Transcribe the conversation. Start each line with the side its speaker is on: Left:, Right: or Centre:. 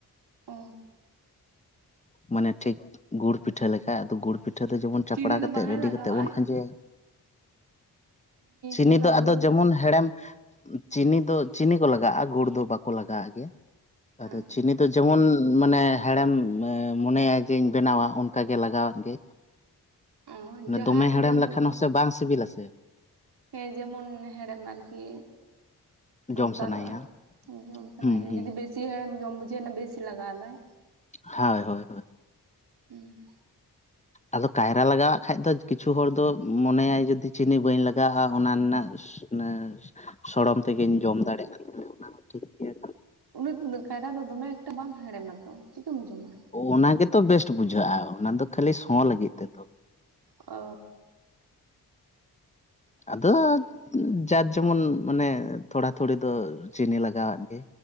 Right: ᱚ
Left: ᱢᱟᱱᱮ ᱴᱷᱤᱠ ᱜᱩᱲ ᱯᱤᱴᱷᱟᱹ ᱞᱮᱠᱟ, ᱟᱫᱚ ᱜᱩᱲ ᱯᱤᱴᱷᱟᱹ ᱫᱚ ᱡᱮᱢᱚᱱ ᱪᱟᱯᱲᱟ
Right: ᱪᱤᱱᱤ
Left: ᱠᱟᱛᱮ
Right: ᱫᱚ ᱵᱟᱝ
Left: ᱨᱮᱰᱤ
Right: ᱮ ᱞᱟᱜᱟᱣᱟᱜᱼᱟᱭ
Left: ᱠᱟᱛᱮ ᱵᱚᱱ ᱠᱷᱟᱸᱡᱮᱭᱟ᱾ ᱪᱤᱱᱤ
Right: ᱠᱤᱝᱵᱟ
Left: ᱫᱚ ᱟᱫᱚ
Right: ᱜᱩᱲ
Left: ᱡᱮᱢᱚᱱ ᱦᱮᱲᱮᱢ ᱩᱸ ᱪᱤᱱᱤ ᱫᱚ, ᱪᱤᱱᱤ ᱠᱚ ᱞᱟᱜᱟᱜᱼᱟ, ᱜᱩᱲ ᱫᱚ ᱵᱟᱠᱚ ᱞᱟᱜᱟ ᱟᱜ ᱜᱮᱭᱟ᱾
Right: ᱦᱮᱸ
Left: ᱟᱫᱚ ᱪᱤᱱᱤ ᱛᱚ ᱡᱮᱢᱚᱱ ᱢᱟᱱᱮ ᱦᱮᱲᱮᱢ ᱮᱸ ᱢᱚᱱᱮᱭᱟ ᱡᱮᱹᱧ, ᱵᱮᱱᱟᱣᱟ ᱚᱱᱠᱟᱜᱮ ᱞᱟᱜᱟᱣᱟᱫ ᱜᱮ᱾
Right: ᱚ
Left: ᱱᱟᱹ
Right: ᱡᱟᱦᱟᱸᱭ
Left: ᱫᱚᱢᱮ ᱦᱮᱲᱮᱢ
Right: ᱡᱮᱢᱚᱱ
Left: ᱞᱮᱠᱷᱟᱱ ᱦᱚᱸ ᱥᱮ ᱵᱟᱝ ᱥᱤᱵᱤᱞᱟ ᱥᱮ,
Right: ᱦᱮᱸ, ᱡᱮᱢᱚᱱ ᱦᱮᱲᱮᱢ ᱟᱨᱠᱤ ᱫᱚᱨᱠᱟᱨᱚᱜᱼᱟ᱾
Left: ᱡᱚᱢ ᱥᱟᱱᱟᱭᱮᱭᱟ
Right: ᱡᱚᱢ ᱥᱟᱱᱟᱭᱮᱭᱟ,
Left: ᱦᱩᱸ ᱦᱩᱸ
Right: ᱡᱩᱫᱤ ᱵᱮᱥᱤ ᱦᱚᱲᱮᱢ ᱡᱚᱢ ᱵᱩᱡᱷᱟᱹᱣᱱᱟ ᱵᱮᱥᱤ ᱞᱟᱜᱟᱣ ᱫᱟᱭ,
Left: ᱦᱟᱣᱳᱭ ᱦᱳᱭ ᱦᱳᱭ,
Right: ᱦᱩᱸ,
Left: ᱟᱫᱚ ᱠᱟᱭᱨᱟ ᱞᱟᱜᱟᱣᱟᱜ ᱠᱷᱟᱡ ᱫᱚ, ᱠᱤᱪᱷᱩ ᱦᱚᱲ ᱫᱚ ᱢᱚᱱᱮᱭᱟᱭ ᱡᱩᱫᱤ ᱪᱤᱱᱤ ᱵᱟᱹᱧ ᱞᱟᱜᱟᱣᱼᱟ, ᱚᱱᱟᱱ ᱱᱟᱜ ᱩᱥ ᱱᱮ ᱥᱚᱲᱚᱢ ᱛᱮᱹᱜᱮᱹᱧ ᱡᱚᱢ ᱫᱟᱲᱮᱜᱼᱟ, ᱛᱷᱟᱞᱮ ᱚᱱᱟ ᱦᱚᱸ ᱴᱷᱤᱠ ᱜᱮᱭᱟ᱾
Right: ᱩᱱᱟᱹᱜ ᱛᱩᱱᱟᱹᱜ ᱠᱟᱭᱨᱟ ᱫᱚ ᱫᱚᱢᱮ ᱮᱠᱴᱟ ᱵᱟᱝ ᱦᱮᱲᱮᱢᱟᱛᱚ, ᱪᱤᱠᱟᱹᱢ ᱡᱚᱢᱟ?
Left: ᱚᱱᱟ ᱜᱮᱛᱚ ᱵᱮᱥᱴ ᱵᱩᱡᱷᱟᱹᱜᱼᱟ, ᱚᱱᱟ ᱫᱚ ᱠᱷᱟᱹᱞᱤ ᱥᱚᱸ ᱞᱟᱹᱜᱤᱫ ᱛᱮ ᱫᱚ᱾
Right: ᱚ,
Left: ᱟᱫᱚᱻ ᱩᱸ ᱡᱟᱡᱽ ᱡᱮᱢᱚᱱ ᱢᱟᱱᱮ ᱛᱷᱚᱲᱟ-ᱛᱷᱩᱲᱤ ᱫᱚ ᱪᱤᱱᱤ ᱞᱟᱜᱟᱣᱟᱫ ᱜᱮ,